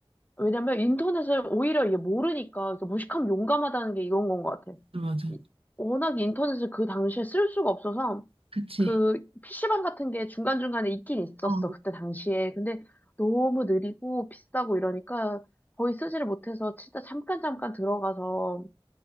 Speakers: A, on the left (about 20°); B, on the right (about 85°).
A: 왜냐면 인터넷을 오히려 이게 모르니까 이렇게 무식하면 용감하다는 게 이런 건 것 같아.
B: 맞아.
A: 이- 워낙 인터넷을 그 당시에 쓸 수가 없어서,
B: 그치.
A: 그 PC방 같은 게 중간중간에 있긴 있었어.
B: 어
A: 그때 당시에. 근데 너무 느리고 비싸고 이러니까 거의 쓰지를 못해서 진짜 잠깐 잠깐 들어가서